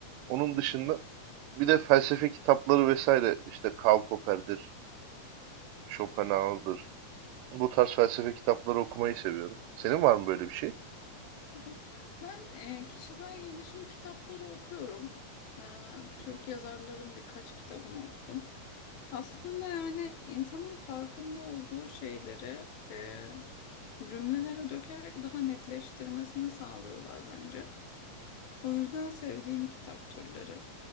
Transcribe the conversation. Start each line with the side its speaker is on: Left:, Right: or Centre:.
Right: Onun dışında bir de felsefe kitapları vesaire işte Karl Popper'dir, Schopenhauer'dır. Bu tarz felsefe kitapları okumayı seviyorum. Senin var mı böyle bir şey?
Left: Güzel. Ben e, kişisel gelişim kitapları okuyorum. E,
Right: Hı
Left: Türk
Right: hı.
Left: yazarların birkaç kitabını okudum. Aslında yani insanın farkında olduğu şeyleri e, cümlelere dökerek daha netleştirmesini sağlıyorlar bence. O yüzden sevdiğim kitap türleri.